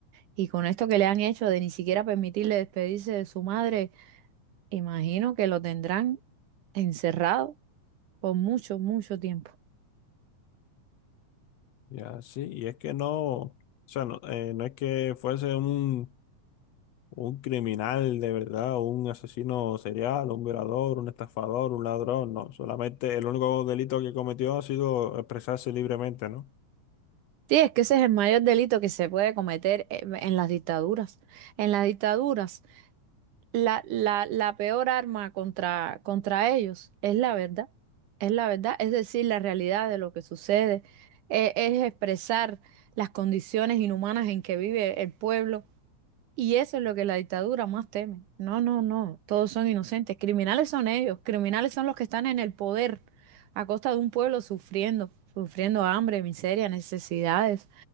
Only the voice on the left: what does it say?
Ya, sí, y es que no, o sea, no, eh, no es que fuese un, un criminal de verdad, un asesino serial, un violador, un estafador, un ladrón, no, solamente el único delito que cometió ha sido expresarse libremente, ¿no?